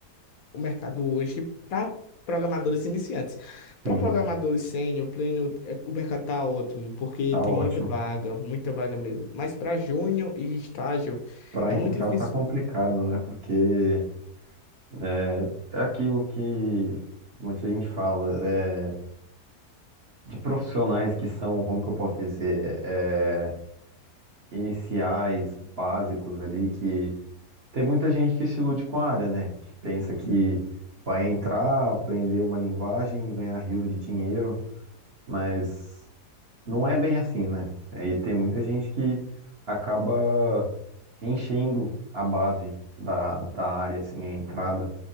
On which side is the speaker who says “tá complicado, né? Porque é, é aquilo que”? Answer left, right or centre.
Right